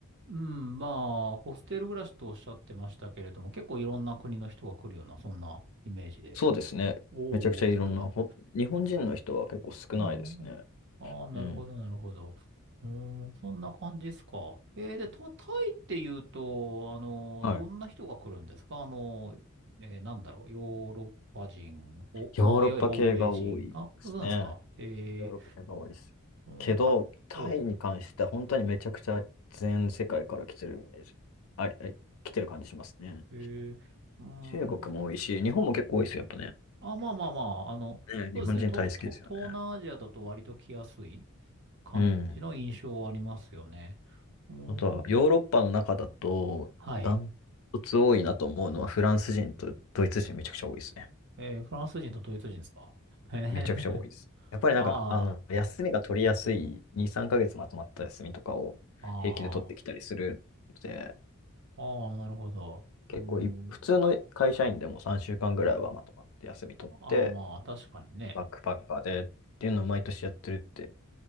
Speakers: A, on the right; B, on the left.
A: うん、まあ、ホステル暮らしとおっしゃってましたけれども、結構いろんな国の人が来るような、そんなイメージで。
B: そうですね。
A: おお、
B: めちゃくちゃいろんな、
A: それは。
B: ほ、日本人の人は結構少ないですね。
A: うんうんうん。ああ、なるほど、
B: うん。
A: なるほど。うーん、そんな感じですか。えー、で、タタイって言うと、あの、
B: はい。
A: どんな人が来るんですかあの、えーなんだろう、ヨーロッパ人、お、
B: ヨーロッパ系が多いですね。
A: まあ、いわゆる欧米人。あ、そうなんですか。え
B: ヨーロッパ圏が多いです。
A: ー、
B: けど、
A: うん、か、
B: タイに関しては本当にめちゃくちゃ全世界から来てるイメージ。
A: おう、
B: あり、あり、来てる感じしますね。
A: えー、うん、
B: 中国も多いし、日本も結構多いですよ、やっぱね。
A: あ、まあまあまあ、あの、
B: ね、日本人大好きですよね。
A: そうですね、と、と、東南アジアだと割と来やすい感じの印象はありますよね。
B: うん。
A: うーん、
B: あとは、ヨーロッパの中だと、
A: はい。
B: ダントツ多いなと思うのは、フランス人とドイツ人めちゃくちゃ多いですね。
A: えーフランス人とドイツ人ですか <laughs> へえ、
B: めちゃくちゃ多いです。やっぱりなんか、
A: あ
B: あの、休みが取りやすい、2、3ヶ月まとまった休みとかを平気で取ってきたりするので、
A: あ、ああ、ああ、なるほど。
B: 結構い、
A: うーん。
B: 普通の会社員でも3週間ぐらいはまとまって休み取って、
A: ああ、まあ、確かにね。
B: バックパッカーでっていうのを毎年やってるって